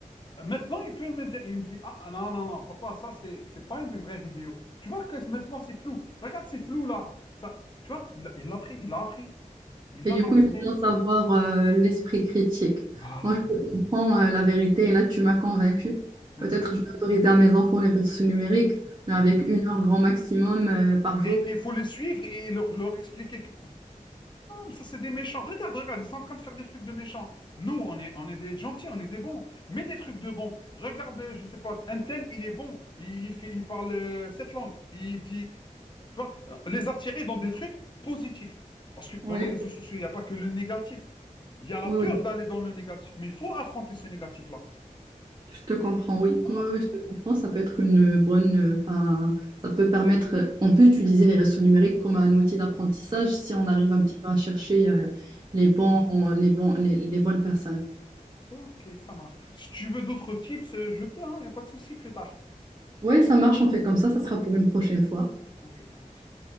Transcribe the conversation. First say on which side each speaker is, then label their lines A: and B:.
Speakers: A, on the left; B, on the right.
A: maintenant, il peut me dire, il me dit, ah ah, non, non, non, papa, ça, c'est, c'est pas une vraie vidéo. Tu vois que maintenant, c'est flou. Regarde, c'est flou là. Ça, tu vois, il, il l'a pris, il l'a appris. Il
B: Et
A: l'a
B: du
A: dans
B: coup,
A: l'esprit.
B: il commence à avoir euh, l'esprit critique.
A: Voilà.
B: Moi, je comprends euh, la vérité et là, tu m'as convaincue.
A: Mhm.
B: Peut-être je vais autoriser à mes enfants les réseaux numériques, mais avec
A: Mhm.
B: une heure grand maximum euh, par jour.
A: Et il faut les suivre et leur, leur expliquer que Ça, c'est des méchants. Regarde, regarde, ils sont en train de faire des trucs de méchants. Nous, on est, on est des gentils, on est des bons. Mais des trucs de bons. Regarde, euh, je sais pas, un tel, il est bon. Il, il fait, il parle euh, cette langue. Il dit, tu vois, euh, les attirer dans des trucs positifs. Parce que dans
B: Oui,
A: les réseaux sociaux, il n'y a pas que le négatif. Il y a la
B: oui,
A: peur
B: oui.
A: d'aller dans le négatif. Mais il faut affronter ce négatif-là.
B: Je te comprends, oui.
A: Voilà.
B: Oui, oui, je te comprends. Ça peut être une bonne. euh, Enfin, ça peut permettre. euh, On peut utiliser les réseaux numériques comme un outil d'apprentissage si on arrive
A: Mm.
B: un petit peu à chercher euh, les
A: Mm.
B: bons, les bons, les, les bonnes personnes.
A: Ok, ça marche. Si tu veux d'autres tips, euh, je peux, hein, il n'y a pas de souci plus tard.
B: Oui, ça marche, on fait comme ça. Ça sera pour une prochaine fois.
A: Ok, ça marche.